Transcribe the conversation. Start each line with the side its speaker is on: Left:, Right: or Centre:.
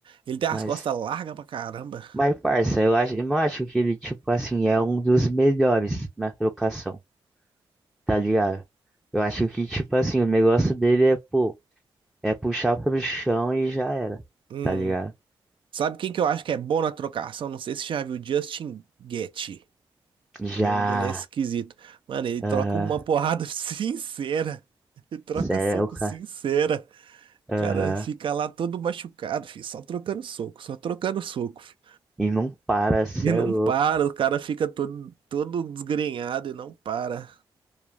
Right: Ele tem as
Centre: Mas,
Right: costas largas pra caramba.
Centre: mas, parça, eu acho, eu não acho que ele, tipo, assim, é um dos melhores na trocação tá ligado? Eu acho que, tipo, assim, o negócio dele é, pô, é puxar pro chão e já era,
Right: Hum.
Centre: tá ligado?
Right: Sabe quem que eu acho que é bom na trocação? Não sei se você já viu Justin Gaethje.
Centre: Já,
Right: O nome dele é esquisito. Mano, ele
Centre: aham,
Right: troca uma porrada <laughs> sincera. Ele troca
Centre: cê
Right: soco
Centre: é o
Right: sincera.
Centre: cara, aham,
Right: cara fica lá todo machucado, filho, só trocando soco, só trocando soco, filho.
Centre: e não para, cê
Right: E não
Centre: é louco,
Right: para, o cara fica todo, todo desgrenhado e não para.